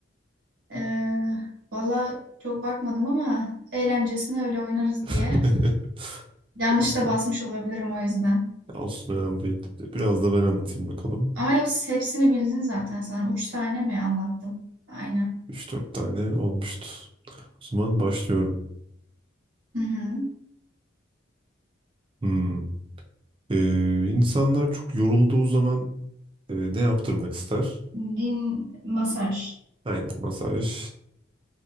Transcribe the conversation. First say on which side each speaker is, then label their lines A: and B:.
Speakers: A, on the right; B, on the right.
A: Ee, valla çok bakmadım ama eğlencesine öyle oynarız
B: <laughs>
A: diye. Yanlış
B: Okey.
A: da basmış olabilirim o yüzden.
B: Olsun önemli değil. Biraz da ben anlatayım bakalım.
A: Ama hepsi, hepsini bildin zaten sana. Üç tane mi anlattım? Aynen.
B: üç dört tane olmuştu. O zaman başlıyorum.
A: Hı hı.
B: Hmm. Ee, insanlar çok yorulduğu zaman e, ne yaptırmak ister?
A: Din masaj.
B: Aynen masaj.